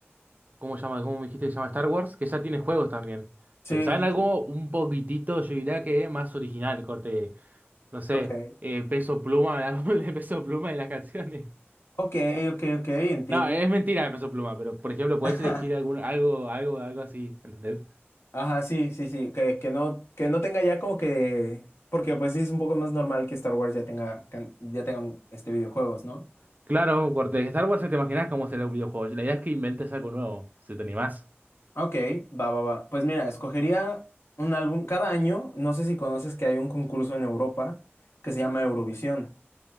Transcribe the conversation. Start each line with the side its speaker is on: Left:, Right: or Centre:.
Right: ¿cómo se llama? ¿Cómo me dijiste que se llama Star Wars? Que ya tiene juegos también.
Left: Sí,
Right: Pensá en
Left: sí,
Right: algo
Left: sí.
Right: un poquitito, yo diría que más original, corte. no sé,
Left: Ok.
Right: eh, Peso Pluma, el álbum <laughs> de Peso Pluma y las canciones.
Left: Ok, ok, ok, entiendo.
Right: No, es mentira de Peso Pluma, pero por ejemplo, puedes
Left: <laughs> Ajá,
Right: elegir algún, algo, algo, algo así, ¿entendés?
Left: Ajá, sí, sí, sí. Que, que no, que no tenga ya como que. Porque pues sí es un poco más normal que Star Wars ya tenga, can- ya tenga este videojuegos, ¿no?
Right: Claro, un corte, de Star Wars ya te imaginas cómo será un videojuego. La idea es que inventes algo nuevo, si te animás.
Left: Ok, va, va, va. Pues mira, escogería un álbum. Cada año, no sé si conoces que hay un concurso en Europa que se llama Eurovisión.